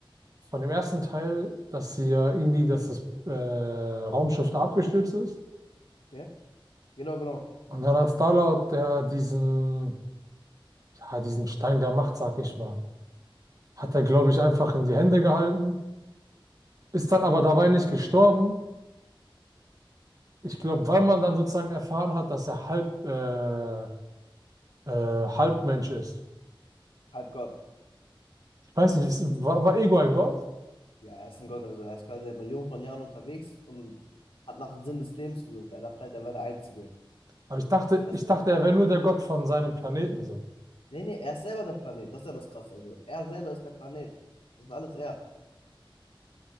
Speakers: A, on the right; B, on the left.
A: von dem ersten Teil, dass sie ja irgendwie, dass das äh, Raumschiff da abgestürzt ist.
B: Okay. Genau, genau.
A: Und dann hat Star-Lord der diesen, ja, diesen Stein der Macht, sag ich mal, hat er, glaube ich, einfach in die Hände gehalten, ist dann aber dabei nicht gestorben. Ich glaube, weil man dann sozusagen erfahren hat, dass er halb, äh, äh, Halbmensch ist.
B: Halbgott.
A: Ich weiß nicht, ist, war, war Ego ein Gott?
B: Ja, er ist ein Gott. Also er ist quasi seit Millionen von Jahren unterwegs und hat nach dem Sinn des Lebens gesucht. Er dachte halt, er wäre der Einzige.
A: Aber ich dachte,
B: Er
A: ich
B: ist,
A: dachte, er wäre nur der Gott von seinem Planeten so.
B: nee, nee, er ist selber der Planet. Das ist ja das Krasse. Also er selber ist der Planet. Das ist alles er.